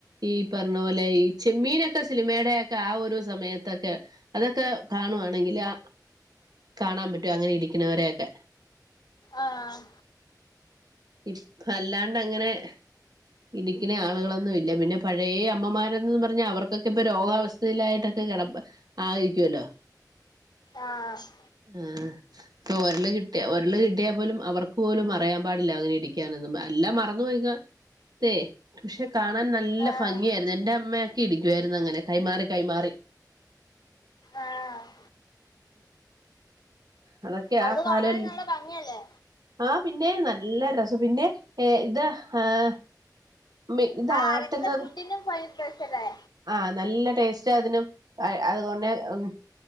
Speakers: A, on the right; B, on the left.
A: ഈ പറണ പോലെ ഈ ചെമ്മീനൊക്കെ സിനിമയുടെ യെക്കെ ആ ഒരു സമയത്തൊക്കെ. അതൊക്കെ കാണുവാണെങ്കിലാ ആ കാണാൻ പറ്റൂ അങ്ങനെ ഇടി ക്കുന്നവരെയൊക്കെ.
B: ആഹ്
A: ഇപ്പല്ലാണ്ടങ്ങനെ. ഇടി ക്ക്ണ ആളുകളൊന്നും ഇല്ല പിന്നെ പഴെ അമ്മമാരെന്ന് പറഞ്ഞാ അവർക്കൊക്കെ പ്പൊ രോഗാവസ്ഥ സുകല്ലായിട്ടൊക്കെ കിടപ്പ് ആയിരിക്കുവല്ലോ.
B: ആഹ്
A: ആ പ്പൊ ഒരള് കിട്ടിയാ ഒരള് കിട്ടിയാൽ പോലും അവർക്ക് പോലും അറിയാൻ പാട് ല്ല അങ്ങനെ ഇടിക്കാനെന്നും ല്ലാം മറന്നു പേയിക്കാ സെ. ക്ഷെ കാണാൻ നല്ല
B: ആഹ്
A: ഭംഗിയായിരുന്നു. എൻ്റെ അമ്മയെക്കെ ഇടിക്കുവായിരുന്നു. അങ്ങനെ കൈമാറി, കൈമാറി,
B: ആഹ്
A: അതൊക്കെ
B: അന്ന്
A: കാലം
B: കാണാനും നല്ല ഭംഗിയല്ലേ.
A: ആ പിന്നെ, നല്ല രസം പിന്നെ ഏ ത ആഹ് മ്മെ ഇതാട്ടുന്നതും.
B: ആഹ് അതൊക്കെ ഫുഡിനും ഭയങ്കര സ്പെഷ്യലേ
A: ആഹ് നല്ല ടേസ്റ്റ് അതിനും അയ് അത് കൊന്നെ ഉം